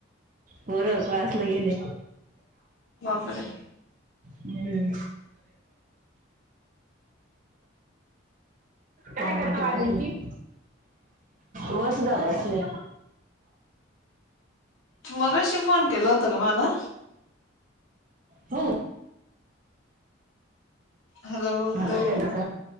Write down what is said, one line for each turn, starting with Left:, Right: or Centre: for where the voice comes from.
Right: बर क्लासला गेले
Left: बापरे
Right: हम्म काय करत आी वसधग असले
Left: मग्याशी फोन केला होता का मला
Right: हो
Left: हॅलो हॅलो
Right: मगत केलास